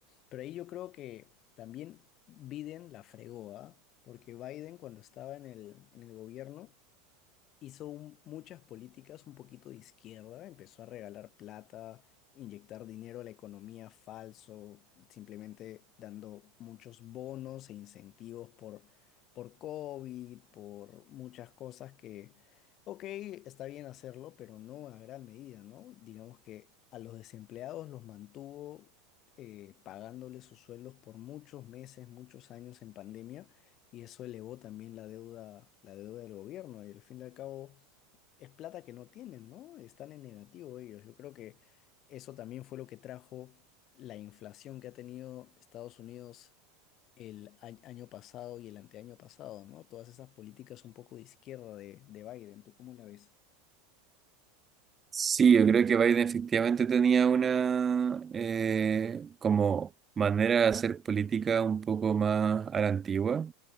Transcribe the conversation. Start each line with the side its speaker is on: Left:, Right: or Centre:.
Left: Pero ahí yo creo que también Biden la fregó, ¿ah? Porque Biden cuando estaba en el, en el gobierno hizo un- muchas políticas un poquito de izquierda, empezó a regalar plata, inyectar dinero a la economía falso, simplemente dando muchos bonos e incentivos por, por COVID, por muchas cosas que, ok, está bien hacerlo, pero no a gran medida, ¿no? Digamos que a los desempleados los mantuvo. eh, pagándoles sus sueldos por muchos meses, muchos años en pandemia y eso elevó también la deuda, la deuda del gobierno. Y al fin y al cabo es plata que no tienen, ¿no? Están en negativo ellos. Yo creo que eso también fue lo que trajo la inflación que ha tenido Estados Unidos el a- año pasado y el anteaño pasado, ¿no? Todas esas políticas un poco de izquierda de, de Biden. ¿Tú cómo la ves?
Right: Sí, yo creo que Biden efectivamente tenía una eh, como manera de hacer política un poco más a la antigua.